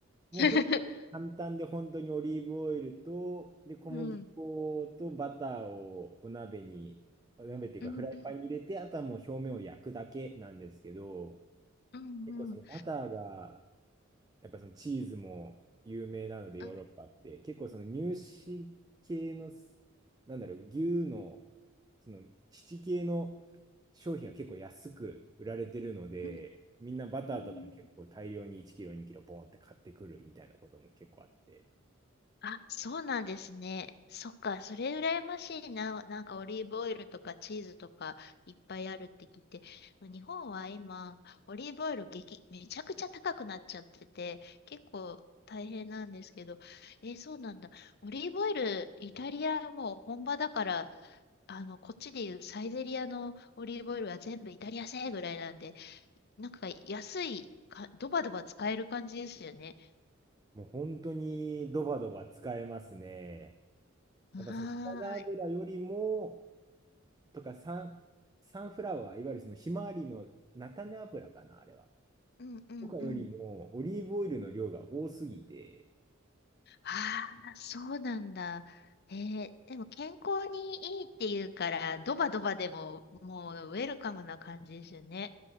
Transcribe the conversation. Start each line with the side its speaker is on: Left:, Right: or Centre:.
Right: もうフリット簡単で本当にオリーブオイルと、
Left: <laughs>
Right: で、小麦粉とバターをお鍋に、
Left: うん。
Right: お鍋っていうかフライパンに入れて、
Left: うんうん。
Right: あとはもう表面を焼くだけなんですけど、
Left: うんうん。
Right: 結構そのバターがやっぱそのチーズも有名なのでヨーロッパって結構その乳
Left: うん
Right: 脂系のなんだろう牛のその乳系の商品は結構安く売られてるのでみんなバターとかも結構大量に1キロ2キロボンって買ってくるみたいなことも結構あって
Left: うん。うんうん。あ、そうなんですね。そっか、それ羨ましいな。なんかオリーブオイルとかチーズとかいっぱいあるって聞いて、日本は今、オリーブオイル激、めちゃくちゃ高くなっちゃってて、結構大変なんですけど、えーそうなんだ。オリーブオイル、イタリアはもう本場だから、あの、こっちでいうサイゼリアのオリーブオイルは全部イタリア製ぐらいなんで、なんか安いか、ドバドバ使える感じですよね。
Right: もう本当にドバドバ使えますね
Left: はーい。
Right: やっぱそのサラダ油よりもとかサン、サンフラワーいわゆるそのひまわりの菜種油かなあれは
Left: うんうんうん。
Right: とかよりも、オリーブオイルの量が多すぎて、
Left: ああ、そうなんだ。えー、でも健康にいいっていうから、ドバドバでも、もうウェルカムな感じですよね。